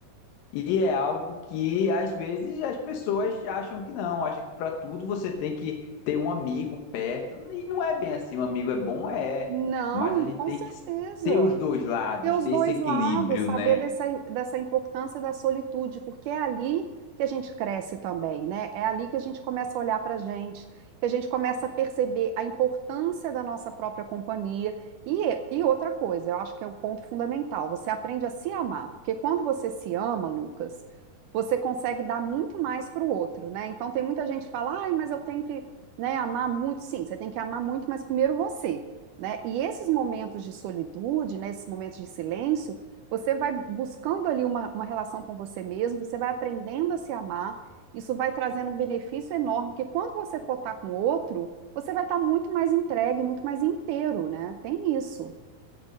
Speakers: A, on the left (about 75°); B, on the right (about 75°).
A: E é algo que às vezes as pessoas acham que não, acham que para tudo você tem que ter um amigo perto. E não é bem assim, um amigo é bom, é,
B: Não,
A: mas a gente
B: com
A: tem
B: certeza.
A: que ter os dois lados,
B: ter os
A: ter
B: dois
A: esse equilíbrio,
B: lados, saber
A: né?
B: dessa, dessa importância da solitude, porque é ali que a gente cresce também, né? É ali que a gente começa a olhar para a gente, que a gente começa a perceber a importância da nossa própria companhia. E, e outra coisa, eu acho que é o ponto fundamental, você aprende a se amar, porque quando você se ama, Lucas, você consegue dar muito mais para o outro, né? Então tem muita gente que fala, ai, mas eu tenho que, né, amar muito. Sim, você tem que amar muito, mas primeiro você né? E esses momentos de solitude, né, esses momentos de silêncio, você vai buscando ali uma, uma relação com você mesmo, você vai aprendendo a se amar, isso vai trazendo um benefício enorme, porque quando você for estar com outro, você vai estar muito mais entregue, muito mais inteiro, né? Tem isso,